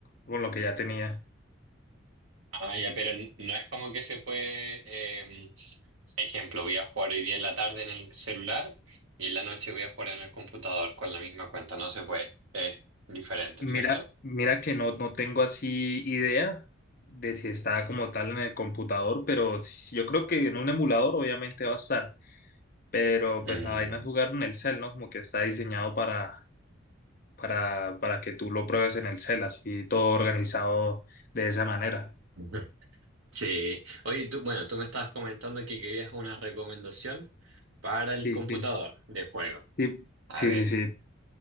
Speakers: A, on the left; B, on the right.
A: con lo que ya tenía.
B: Ah, ya, pero n- no es como que se puede, eh, ejemplo, voy a jugar hoy día en la tarde en el celular y en la noche voy a jugar en el computador con la misma cuenta. No se puede. Es diferente,
A: Mira,
B: ¿cierto?
A: mira que no, no tengo así idea de si está como tal en el computador, pero sí- yo creo que en un emulador obviamente va a estar, pero pues
B: Mm.
A: la vaina es jugar en el cel, ¿no? Como que está diseñado para, para, para que tú lo pruebes en el cel, así todo organizado de esa manera.
B: Ujú. Sí. Oye, tú, bueno, tú me estabas comentando que querías una recomendación para el
A: Sí,
B: computador
A: sí,
B: de juego.
A: sí,
B: A
A: sí,
B: ver.
A: sí, sí.